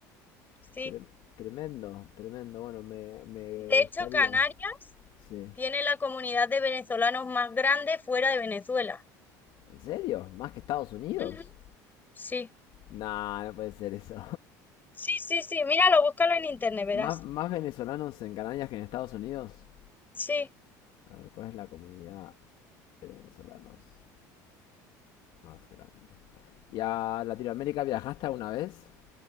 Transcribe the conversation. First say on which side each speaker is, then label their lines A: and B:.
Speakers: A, on the left; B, on the left.
A: Sí.
B: Tre- tremendo, tremendo, bueno, me, me
A: De
B: gustaría.
A: hecho, Canarias
B: Sí.
A: tiene la comunidad de venezolanos más grande fuera de Venezuela.
B: ¿En serio? ¿Más que Estados Unidos?
A: Ujú. Sí.
B: No, no puede ser eso.
A: Sí, sí, sí. Míralo, búscalo en internet,
B: <laughs>
A: verás.
B: ¿Más, más venezolanos en Canarias que en Estados Unidos?
A: Sí.
B: A ver, ¿cuál es la comunidad de venezolanos más grande? ¿Y a Latinoamérica viajaste alguna vez?